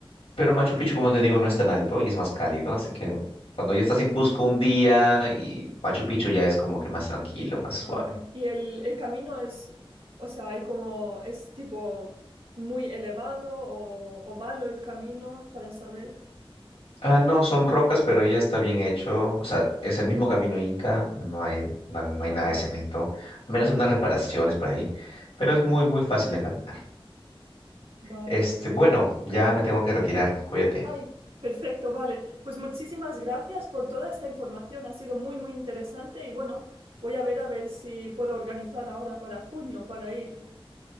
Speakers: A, on the left (about 80°); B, on the right (about 75°).
A: Pero Machu Picchu, como te digo, no es tan alto y es más cálido, así que cuando ya estás en Cusco un día y Machu Picchu ya es como que más tranquilo, más suave.
B: Ajá. Y el, el camino es, o sea, hay como, es tipo muy elevado o, o malo el camino para saber.
A: Ah, no, son rocas, pero ya está bien hecho. O sea, es
B: Ujú.
A: el mismo camino inca, no hay, no, no
B: Ah,
A: hay nada
B: vale,
A: de cemento, al
B: vale,
A: menos unas
B: va-
A: reparaciones por ahí, pero es muy, muy fácil de caminar.
B: vale.
A: Este, bueno, ya me tengo que retirar, cuídate.
B: Ay, perfecto, vale. Pues muchísimas gracias por toda esta información. Ha sido muy, muy interesante y bueno, voy a ver a ver si puedo organizar ahora para junio para ir.